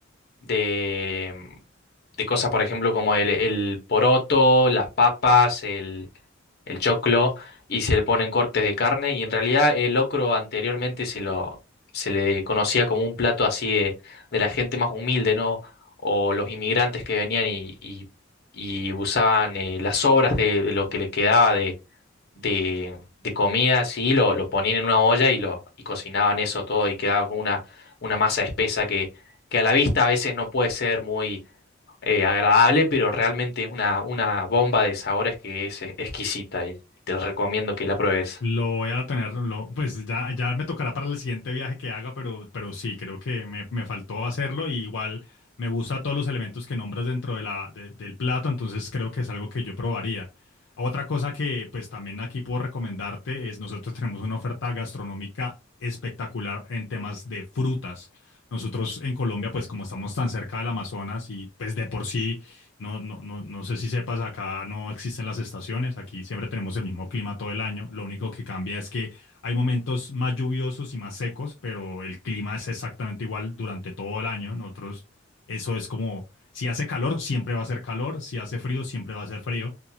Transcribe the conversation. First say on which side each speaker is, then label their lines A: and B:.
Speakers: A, on the left (about 50°); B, on the left (about 65°).
A: de, de cosas, por ejemplo, como el, el poroto, las papas, el choclo y se le ponen cortes de carne y en realidad el locro anteriormente se lo se le conocía como un plato así de, de la gente más humilde, ¿no? O los inmigrantes que venían y, y, y usaban eh, las sobras de, de lo que les quedaba de, de, de comida, así lo, lo ponían en una olla y lo y cocinaban eso todo y quedaba con una, una masa espesa que, que a la vista a veces no puede ser muy eh, agradable, pero realmente es una, una bomba de sabores que es eh, exquisita y te recomiendo que la pruebes.
B: Lo voy a tener, lo, pues ya, ya me tocará para el siguiente viaje que haga, pero, pero sí, creo que me, me faltó hacerlo y igual me gusta todos los elementos que nombras dentro de la, de- del plato, entonces creo que es algo que yo probaría. Otra cosa que pues también aquí puedo recomendarte es nosotros tenemos una oferta gastronómica espectacular en temas de frutas. Nosotros en Colombia, pues como estamos tan cerca del Amazonas y pues de por sí no, no, no, no sé si sepas, acá no existen las estaciones, aquí siempre tenemos el mismo clima todo el año, lo único que cambia es que hay momentos más lluviosos y más secos, pero el clima es exactamente igual durante todo el año. Nosotros, eso es como, si hace calor, siempre va a ser calor, si hace frío, siempre va a ser frío.